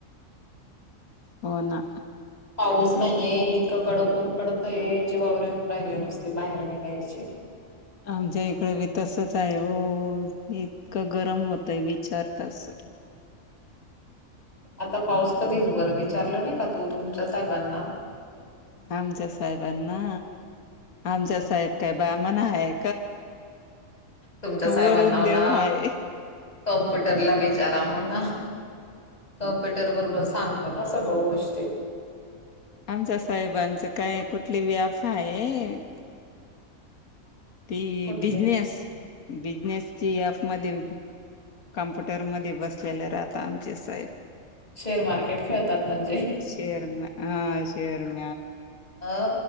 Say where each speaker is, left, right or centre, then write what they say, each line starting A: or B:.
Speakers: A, on the left; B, on the left.
A: हो ना.
B: पाऊस नाहीये. इतकं कडकऊन पडतंय. जेवा्वर येऊन राहिले नुसते बाहेर निघ्यायचे.
A: आमच्या इकडे बी तसच आहे हो. इतकं गरम होतय विचारता स
B: आता पाऊस कधी येईल बरं. विचारलं नाही का तू तुमच्या साहेबांना?
A: आमच्या साहेबांना, आमचे साहेब काय बामण हाय?
B: तुमच्या
A: वरून
B: साहेबांना
A: देव
B: म्हणा
A: आहे.
B: कम्प्युटरला विचारा म्हणा. कम्प्युटर बरोबर सांगतो ना, सगळं गोष्टी.
A: आमच्या साहेबांचं काय, कुठली ॲफ हायेत. ती
B: कुठले
A: बिजनेस बिजनेसची ॲफ मध्ये काम्प्युटर मधे बसलेले राहता आमचे साहेब.
B: शेअर मार्केट खेळतात म्हणजे.
A: शर म ह शरम
B: अ